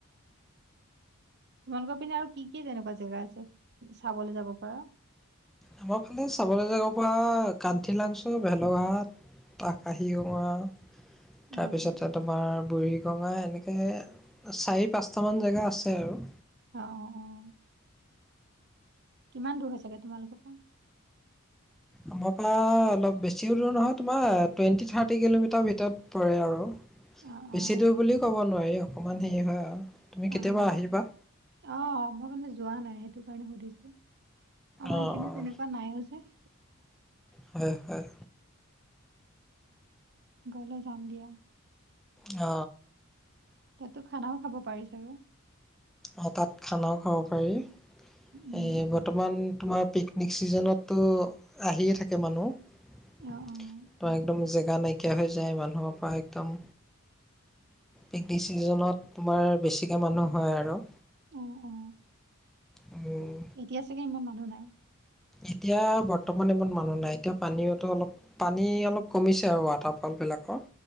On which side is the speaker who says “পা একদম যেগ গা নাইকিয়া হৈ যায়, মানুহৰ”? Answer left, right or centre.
Centre